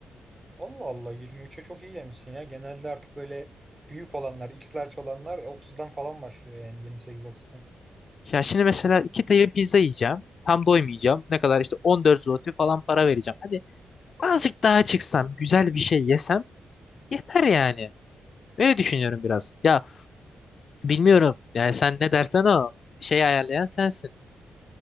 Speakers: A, on the right; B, on the left.
A: Allah Allah 23'e çok iyi yemişsin ya. Genelde artık böyle büyük olanlar, X large olanlar e, 30'dan falan başlıyor yani 28-30'dan.
B: Ya şimdi mesela iki tane pizza yiyeceğim. Tam doymayacağım. Ne kadar işte 14 zloty falan para vereceğim. Hadi azıcık daha çıksam, güzel bir şey yesem yeter yani. Öyle düşünüyorum biraz. Ya bilmiyorum. Yani sen ne dersen o şeyi ayarlayan sensin.